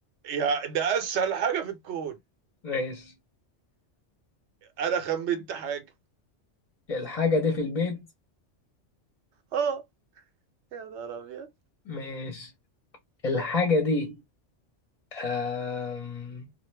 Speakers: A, on the right; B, on the left.
A: يا ده اسهل حاجه في الكون
B: ماشي
A: انا خمنت حاجه
B: الحاجة دي في البيت
A: اه يا نهار ابيض
B: ماشي الحاجة دي آم...